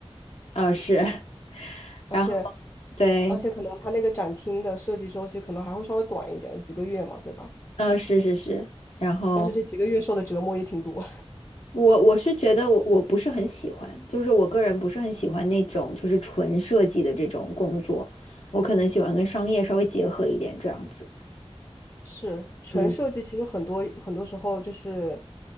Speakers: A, on the left; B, on the left.
A: 啊，是，<laughs>
B: 而且
A: 然后对，
B: 而且可能他那个展厅的设计周期可能还会稍微短一点，几个月嘛，对吧？
A: 嗯，是是是。然后
B: 但是这几个月受的折磨也挺多。
A: 我我是觉得我我不是很喜欢，就是我个人不是很喜欢那种就是纯设计的这种工作，我可能喜欢跟商业稍微结合一点这样子。
B: 是纯设计，
A: 嗯，
B: 其实很多很多时候就是